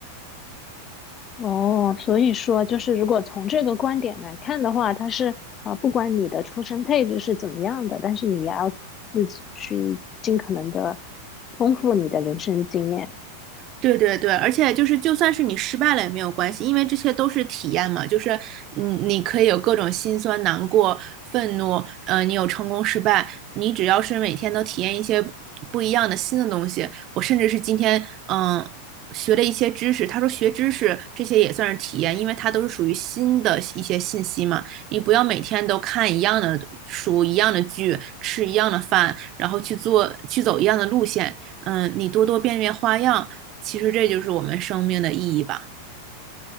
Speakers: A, on the left; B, on the right.
A: 哦，所以说就是，如果从这个观点来看的话，它是啊、呃不管你的出生配置是怎么样的，但是你也要自己去尽可能的丰富你的人生经验。
B: 对对对，而且就是，就算是你失败了也没有关系，因为这些都是体验嘛。就是，嗯，你可以有各种心酸、难过、愤怒，呃，你有成功、失败，你只要是每天都体验一些不一样的新的东西。我甚至是今天，嗯，学了一些知识。他说学知识这些也算是体验，因为它都是属于新的一些信息嘛。你不要每天都看一样的书、一样的剧、吃一样的饭，然后去做、去走一样的路线。嗯，你多多变变花样。其实这就是我们生命的意义吧。